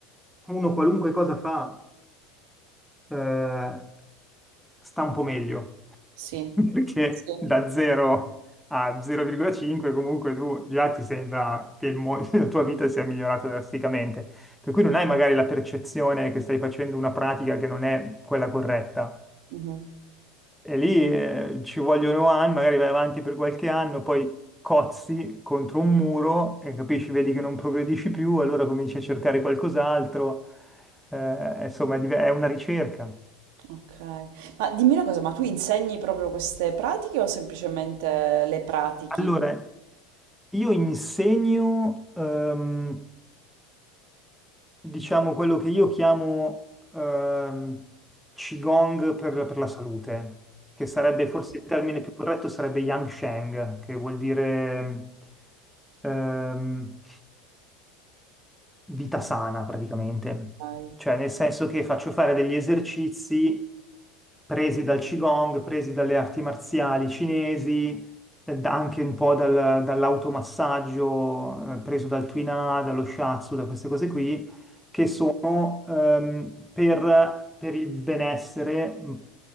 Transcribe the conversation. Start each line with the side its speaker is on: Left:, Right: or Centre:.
Centre: uno qualunque cosa fa, eh, sta un po' meglio,
Right: Sì.
Centre: <laughs> perché
Right: Sì.
Centre: da 0 a 0,5 comunque tu già ti sembra che il mo- <laughs> la tua vita sia migliorata drasticamente, per cui non hai magari la percezione che stai facendo una pratica che non è quella corretta.
Right: Mhm.
Centre: E lì eh, ci vogliono anni, magari vai avanti per qualche anno, poi cozzi contro un muro e capisci, vedi che non progredisci più, allora cominci a cercare qualcos'altro. Eh, insomma, è div- è una ricerca.
Right: Ok. Ma dimmi una cosa, ma tu insegni proprio queste pratiche o semplicemente le pratichi?
Centre: Allora, Io insegno, ehm, diciamo, quello che io chiamo ehm, Qigong per, per la salute, che sarebbe forse il termine più corretto, sarebbe Yang Sheng, che vuol dire ehm, vita sana praticamente,
Right: Ok,
Centre: cioè nel senso che faccio fare degli esercizi presi dal Qigong, presi dalle arti marziali cinesi, eh, da- anche un po' dal- dall'automassaggio, eh, preso dal Tuina, dallo Shiatsu, da queste cose qui, che sono ehm, per, per il benessere, mh,